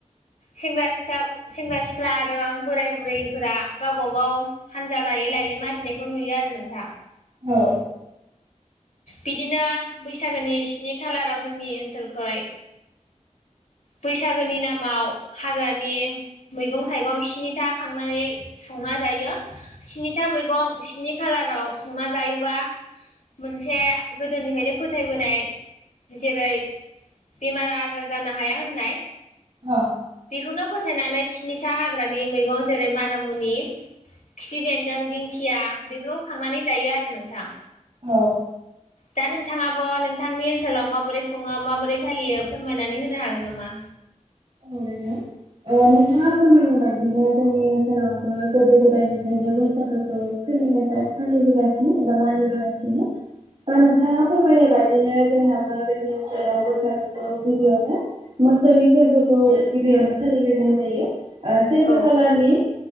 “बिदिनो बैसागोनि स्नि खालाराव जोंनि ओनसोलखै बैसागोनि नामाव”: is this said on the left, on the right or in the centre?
Left